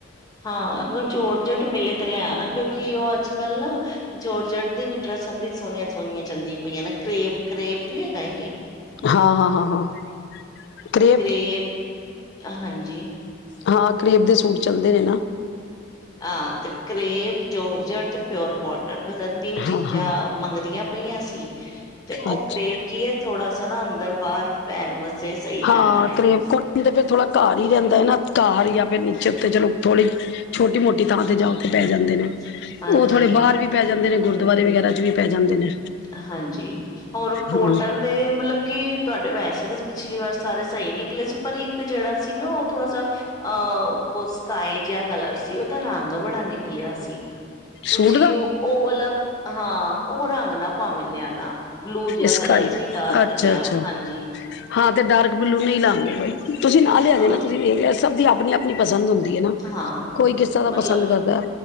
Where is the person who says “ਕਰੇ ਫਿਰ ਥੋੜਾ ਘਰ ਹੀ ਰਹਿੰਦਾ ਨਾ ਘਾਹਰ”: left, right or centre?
Left